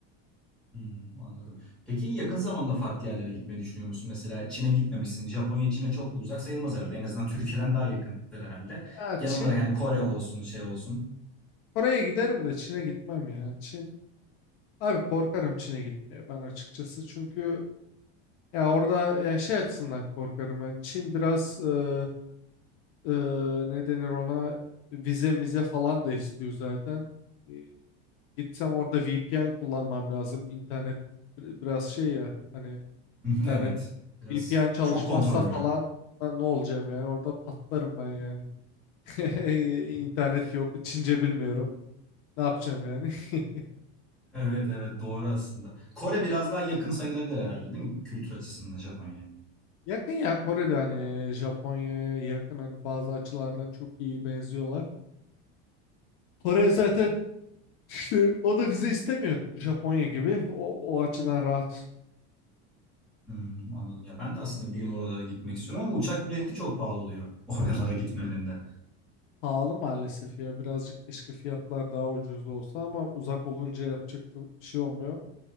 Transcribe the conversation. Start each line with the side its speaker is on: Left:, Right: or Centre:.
Centre: Hmm, anladım. Peki yakın zamanda farklı yerlere gitmeyi düşünüyor musun? Mesela Çin'e gitmemişsin. Japonya Çin'e çok da uzak sayılmaz herhalde. En azından Türkiye'den daha yakındır herhalde.
Left: Ya
Centre: Genel
Left: Çin
Centre: olarak hani Kore olsun, şey olsun.
Left: Kore'ye giderim de Çin'e gitmem ya. Çin Abi korkarım Çin'e gitmeye ben açıkçası. Çünkü ya orada yani şey açısından korkarım. Yani Çin biraz e, e, ne denir ona vize mize falan da istiyor zaten. E, gitsem orada VPN kullanmam lazım. İnternet bir- biraz şey ya hani
Centre: <laughs>
Left: internet
Centre: Evet. Biraz
Left: VPN çalışmazsa
Centre: çok kontrollü.
Left: falan da ne olacağım yani orada patlarım ben yani. <laughs>
Centre: <laughs>
Left: İnternet yok. Çince bilmiyorum. Ne yapacağım yani? <laughs>
Centre: Evet evet doğru aslında. Kore biraz daha yakın sayılabilir herhalde değil mi kültür açısından Japonya'ya?
Left: Yakın ya Kore'de hani Japonya'ya yakın hani bazı açılardan çok iyi benziyorlar. Kore zaten işte o da vize istemiyor Japonya gibi. O, o açıdan rahat.
Centre: Hmm, anladım. Ya ben de aslında bir gün oralara gitmek istiyorum ama uçak bileti çok pahalı oluyor <laughs> oralara gitmenin de.
Left: Pahalı maalesef ya birazcık keşke fiyatlar daha ucuz olsa ama uzak olunca yapacak çok bir şey olmuyor.